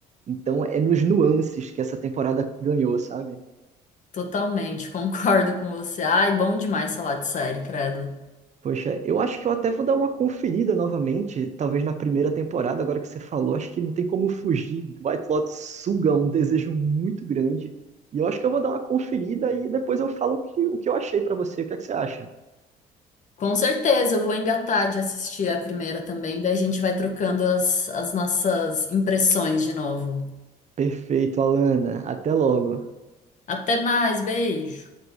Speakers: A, on the right; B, on the left.
A: Então é nos nuances que essa temporada ganhou, sabe?
B: Totalmente, <laughs> concordo com você. Ai, bom demais falar de série, credo.
A: Poxa, eu acho que eu até vou dar uma conferida novamente, talvez na primeira temporada, agora que você falou, acho que não tem como fugir. White Lotus suga um desejo muito grande. E eu acho que eu vou dar uma conferida e depois eu falo o que, o que eu achei pra você. O que é que você acha?
B: Com certeza, eu vou engatar de assistir a primeira também, daí a gente vai trocando as, as nossas impressões de novo.
A: Perfeito, Alana. Até logo.
B: Até mais, beijo!